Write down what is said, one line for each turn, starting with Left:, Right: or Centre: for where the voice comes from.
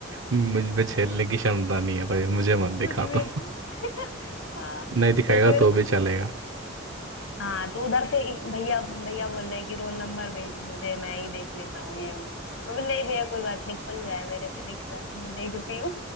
Right: मुझ में झेलने की क्षमता नहीं है भाई मुझे मत
Left: <laughs>
Right: दिखा
Left: मुझे
Right: तो
Left: भी <laughs> हाँ
Right: नहीं दिखाएगा
Left: तो फिर
Right: तो भी चलेगा
Left: हाँ तो उधर से ही भैया भैया बोल रहे हैं कि रोल नंबर भेज मुझे मैं ही देख लेता हूँ ये वो तो बोले नहीं भैया कोई बात नहीं खुल रहा है मेरे पे दिख रहा है मैं देखती हूँ